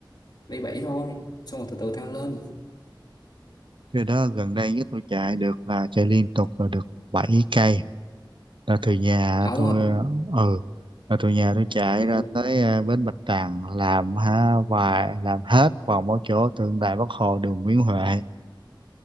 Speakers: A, on the left; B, on the right.
A: b bảy thôi xong rồi từ từ tăng lên
B: Cái đó gần đây nhất tôi chạy được là chạy liên tục là được 7 cây là từ nhà
A: Ông
B: tôi
A: hả?
B: ờ, ừ là từ nhà tôi chạy
A: Ừ.
B: ra tới ờ, bến Bạch Đằng làm ha vài làm hết vòng một chỗ tượng đài Bắc Hồ đường Nguyễn Huệ